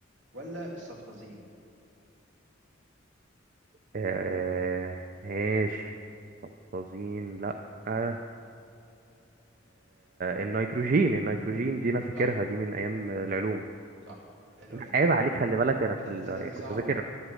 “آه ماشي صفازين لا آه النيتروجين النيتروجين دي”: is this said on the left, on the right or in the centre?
Right